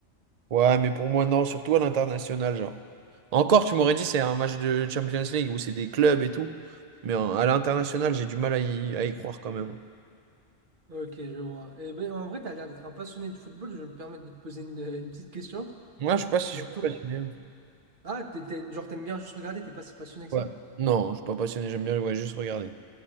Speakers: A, on the right; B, on the right.
A: Ouais, mais pour moi, non, surtout à l'international, genre. Encore, tu m'aurais dit, c'est un match de Champions League où c'est des clubs et tout. Mais en- à l'international, j'ai du mal à y, à y croire quand même.
B: Ok, je vois. Et ben, en vrai, t'as l'air d'être un passionné de football. Je vais me permettre de te poser une, une petite question.
A: Moi, je sais pas si
B: Pour
A: je suis
B: tout.
A: pas passionné.
B: Ah, t'es, t'es- genre, t'aimes bien juste regarder, t'es pas si passionné que
A: Ouais.
B: ça?
A: Non, je suis pas passionné, j'aime bien ouais, juste regarder.